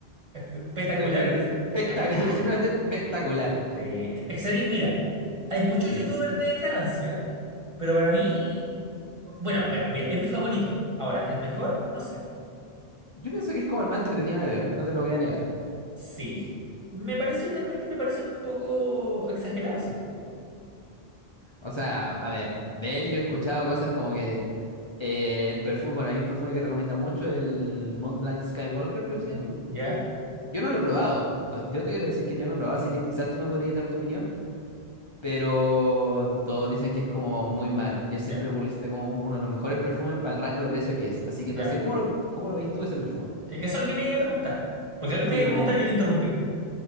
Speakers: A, on the right; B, on the left.
A: Espectacular,
B: Simplemente,
A: como dice.
B: espectac-
A: Espectacular.
B: <laughs> simplemente espectacular.
A: Eh, Excedí, mira, hay muchos
B: Dime,
A: youtubers de Francia, pero para mí, bueno, mira, mira, es mi favorito. Ahora, el mejor, no sé.
B: yo pienso que es como el más entretenido de ver, no te lo voy a negar.
A: Sí. Me parece, de repente me parece un poco exagerado, sí.
B: O sea, a ver, de él yo he escuchado cosas como que eh, el perfume, bueno, hay un perfume que recomienda mucho, el Mont Blanc Skywalker, creo que se
A: Ujú.
B: llama.
A: Ya,
B: Yo no lo he probado. O- Yo te quiero decir que yo no lo he probado, así que quizás tú me podrías dar tu opinión. pero todos dicen que es como muy malo. Yo siempre
A: ya,
B: lo publicita como un- uno de los mejores perfumes para el rango de precio que es. Así que
A: ya.
B: no sé cómo lo, cómo lo veis tú ese perfume.
A: Eh, Eso es lo que me iba a preguntar. Porque algo me
B: Sí,
A: iba a
B: como,
A: preguntar y yo te interrumpí.